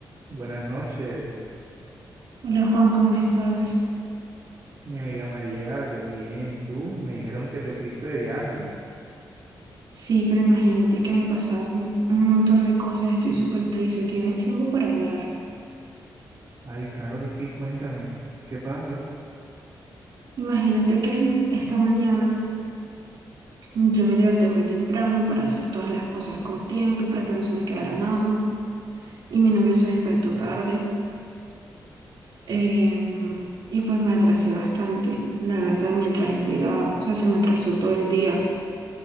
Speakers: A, on the right; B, on the right.
A: Buenas noches,
B: Hola Juan, ¿cómo estás?
A: mi amiga María, yo bien, ¿y tú? Me dijeron que te fuiste de viaje.
B: Sí, pero imagínate que me pasaron un montón de cosas, estoy súper triste, ¿tienes tiempo para hablar?
A: Ay, claro que sí, cuéntame, ¿qué pasa?
B: Imagínate que esta mañana yo me levanté muy temprano para hacer todas las cosas con tiempo, para que no se me quedara nada, y mi novio se despertó tarde, em, y pues me atrasé bastante, la verdad, mientras él llegaba, o sea, se me atrasó todo el día,